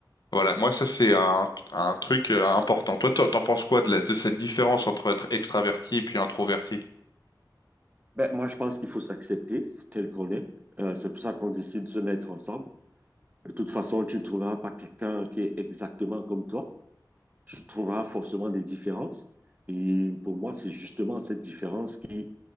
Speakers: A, on the left (about 65°); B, on the right (about 20°).
A: Voilà, moi ça c'est
B: ouais.
A: un, un truc euh, important. Toi, t'en t'en penses quoi de, la- de cette différence entre être extraverti et puis introverti?
B: Ben, moi, je pense qu'il faut s'accepter tel qu'on est. Euh, c'est pour ça qu'on décide de se mettre ensemble. De toute façon, tu ne trouveras pas quelqu'un qui est exactement comme toi. Tu trouveras forcément des différences. Et pour moi, c'est justement cette différence qui,